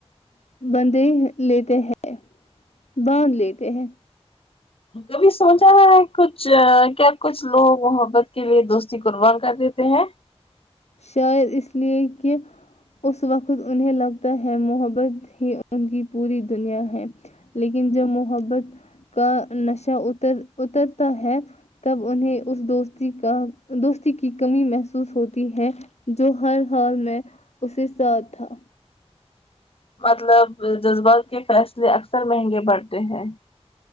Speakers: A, on the left; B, on the left.
A: بندھے لیتے ہے باندھ لیتے ہیں
B: کبھی سوچا ہے کچھ کیا کچھ لوگ محبت کے لیے دوستی قربان کر دیتے ہیں
A: شاید اس لیے کہ اس وقت انہیں لگتا ہے محبت بھی ان کی پوری دنیا ہے لیکن جب محبت کا نشہ اتر اترتا ہے تب انہیں اس دوستی کا دوستی کی کمی محسوس ہو تی ہے جو ہر حال میں اسے ساتھ تھا
B: مطلب جذبات کے فیصلے اکثر مہنگے پڑتے ہیں